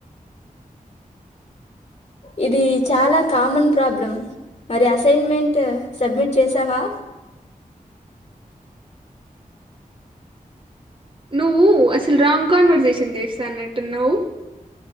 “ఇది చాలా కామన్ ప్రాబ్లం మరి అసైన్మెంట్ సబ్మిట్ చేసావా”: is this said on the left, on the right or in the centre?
Left